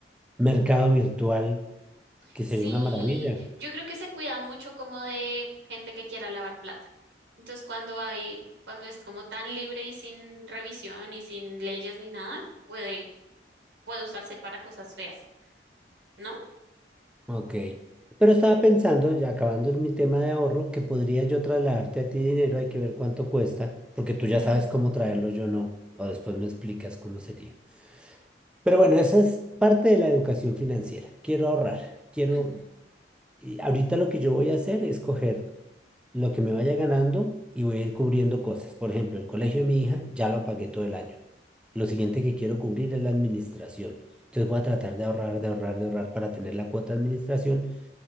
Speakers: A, in the centre; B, on the right.
A: mercado virtual que
B: Sí,
A: sería una maravilla.
B: yo creo que se cuidan mucho como de gente que quiera lavar plata. Entonces cuando hay, cuando es como tan libre y sin revisión y sin leyes ni nada, puede, puede usarse para cosas feas, ¿no?
A: Ok. Pero estaba pensando, ya acabando mi tema de ahorro, que podría yo trasladarte a ti dinero, hay que ver cuánto cuesta, porque tú ya sabes cómo traerlo, yo no, o después me explicas cómo sería. Pero bueno, esa es parte de la educación financiera. Quiero ahorrar, quiero...
B: Ujú.
A: y ahorita lo que yo voy a hacer es coger lo que me vaya ganando y voy a ir cubriendo cosas. Por ejemplo, el colegio de mi hija ya lo pagué todo el año. Lo siguiente que quiero cubrir es la administración. Entonces voy a tratar de ahorrar, de ahorrar, de ahorrar para tener la cuota de administración